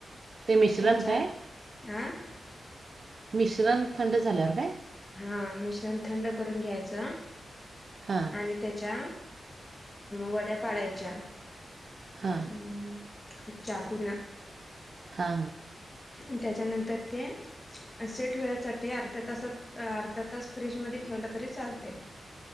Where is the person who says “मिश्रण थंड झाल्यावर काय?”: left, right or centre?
Right